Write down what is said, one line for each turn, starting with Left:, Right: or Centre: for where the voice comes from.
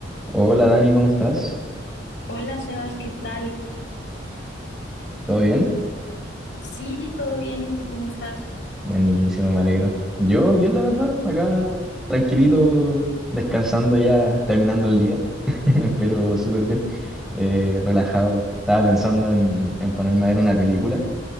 Centre: Hola Dani, ¿cómo estás?
Left: Hola Sebas, ¿qué tal?
Centre: ¿Todo bien?
Left: Sí, todo bien, ¿y tú cómo estás?
Centre: Buenísimo, me alegro. Yo bien, la verdad, acá tranquilito, descansando ya, terminando el día, <laughs> pero súper bien, eh, relajado. Estaba pensando en, en ponerme a ver una película.